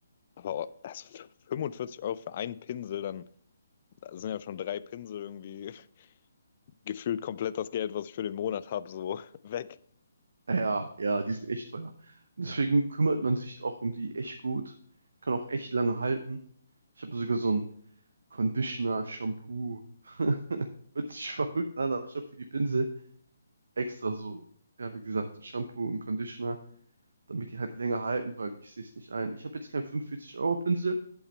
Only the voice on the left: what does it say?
Aber auch- also f- 45 Euro für einen Pinsel, dann sind ja schon drei Pinsel irgendwie <laughs> gefühlt komplett das Geld, was ich für den Monat habe, so <laughs> weg.